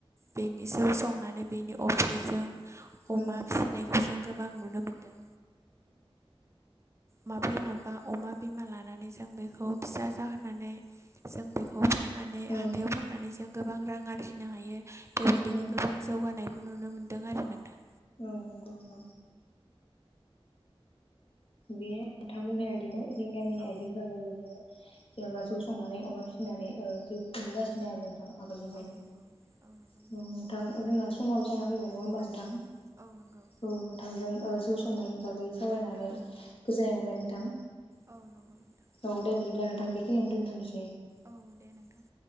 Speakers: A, on the right; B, on the left.
A: बेनि जौ संनानै बेनि अफ्रिजों अमा
B: औ
A: फिसिनायखौ जों गोबां नुनो मोनदों माब्रै माबा अमा बिमा लानानै जों बेखौ फिसा जाहोनानै जों बेखौ फाननानै
B: औ
A: हाथायाव फाननानै जों गोबां रां आरजिनो हायो बेबायदिनो
B: औ
A: गोबां जौगानाय नुनो मोन्दों आरो नोंथां
B: औ नंगौ नोंथां बेयो नोंथां बुंनाय बादिनो जों गामिनि
A: औ
B: आइजोफोराबो बिदिनो जेनेबा जौ संनानै अमा फिसिनानै बे खुंबोगासिनो
A: औ
B: आरो नोंथां आगोलनिफ्रायनो
A: औ नंगौ औ नंगौ
B: नोंथां जोंहा समाबो जाना फैबाय नङा होमबा नोंथां
A: औ औ नंगौ
B: औ नोंथांजों ओ जौ संनायनि बागै सावरायनानै
A: औ
B: गोजोननाय मोनबाय नोंथां
A: औ नंगौ। नोंथां
B: औ दे बिदिब्ला नोंथां बेखनियावनो दोनथनोसै।
A: औ दे नोंथां।